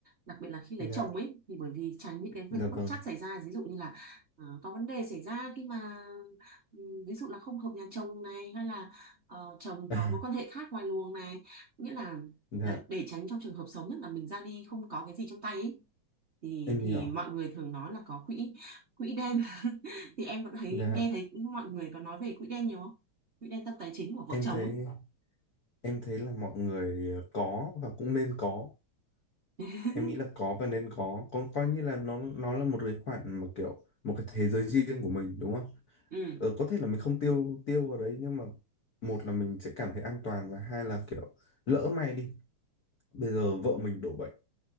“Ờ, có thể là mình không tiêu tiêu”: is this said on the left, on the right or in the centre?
Left